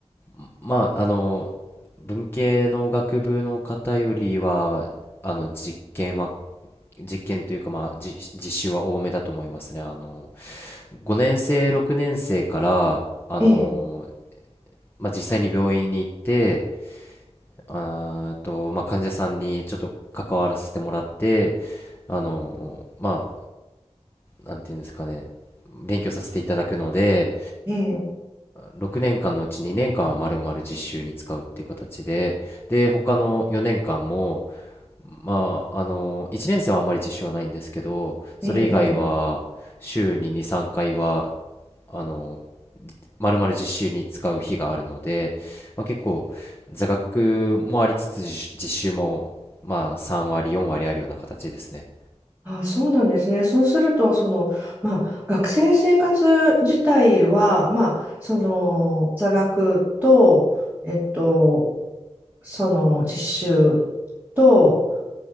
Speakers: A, on the left (about 20°); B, on the right (about 15°).
A: ーまあ、あのー文系の学部の方よりは、あの、実験は実験というか、まあ、じ実習は多めだと思いますね。あの、5年生、6年生から、あの、
B: ええ、
A: まあ、実際に病院に行って、あーと、まあ、患者さんにちょっと関わらせてもらって、あの、まあ、なんていうんですかね、勉強させていただくので、
B: ええ、
A: 6年間のうち2年間はまるまる実習に使うっていう形で、で、他の4年間も、まあ、あの、1年生はあんまり実習はないんですけど、それ以外は、
B: ええ、え
A: 週に2、3回は、あの、まるまる実習に使う日があるので、まあ、結構、座学もありつつ、実実習も、まあ、3割、4割あるような形ですね。
B: あ、そうなんですね。そうすると、その、まあ、学生生活自体は、まあ、その、座学と、えっと、その、実習と、